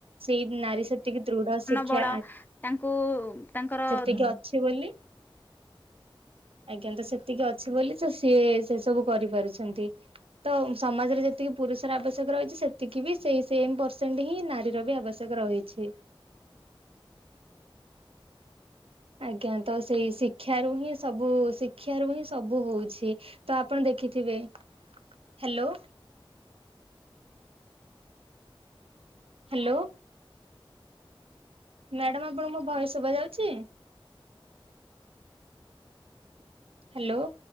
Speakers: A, on the right; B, on the left.
A: ସେଇ ନାରୀ ସେତିକି ଦୃଢ ଶିକ୍ଷା
B: ବଳ ତାଙ୍କୁ ଉ, ତାଙ୍କର
A: ଟିକେ ଅଛି ବୋଲି ଆଜ୍ଞା ତ ସେତିକି ଅଛି ବୋଲି ତ ସିଏ ସେ ସବୁ କରିପାରୁଛନ୍ତି। ତ ସମାଜରେ ଯେତିକି ପୁରୁଷର ଆବଶ୍ୟକ ରହିଛି ସେତିକି। ବି ସେଇ ସେମ୍ ପରସେଣ୍ଟ ହିଁ ନାରୀର ବି ଆବଶ୍ୟ ଶ୍ୟକ ରହିଛି। ଆଜ୍ଞା ତ ସେଇ ଶିକ୍ଷାରୁ ହିଁ ସବୁ ଶିକ୍ଷାରୁ ହିଁ ସବୁ ହଉଛି। ତ ଆପଣ ଦେଖିଥିବେ? ହ୍ୟାଲୋ। ହ୍ୟାଲୋ। ମ୍ୟାଡାମ୍ ଆପଣଙ୍କୁ ମୋ ଭଏସ୍ ଶୁଭା ଯାଉଛି? ହ୍ୟାଲୋ।